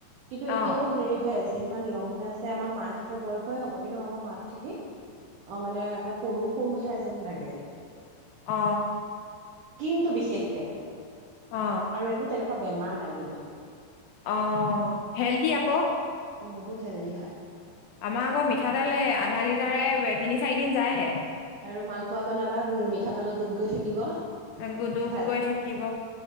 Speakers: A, on the right; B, on the left.
A: কিন্তু এতিয়াও
B: অ
A: হেৰি হৈ আছে ইমান য়ং হৈ আছে আমাৰ মাহঁতৰ বয়সৰে হ'ব কিন্তু আমাৰ মাত থাকি অ মানে এনেকে সৰু সৰুহে যেন লাগে।
B: অ
A: কিন্তু বিশেষকে।
B: অ
A: আৰু একো তেনেকুৱা বেমাৰ নাই কিন্তু।
B: অ হেল্ডি আকৌ
A: অ বহুত হেল্ডদি হয়
B: আমাৰ আকৌ মিঠাতেল আধা লিটাৰে তিনি চাৰি দিন যায়হে
A: আৰু মালপোৱা বনাবাত মিঠাতেলত ডুব গৈ থাকিব
B: আ গুদুপ
A: ভা
B: গৈ থাকিব।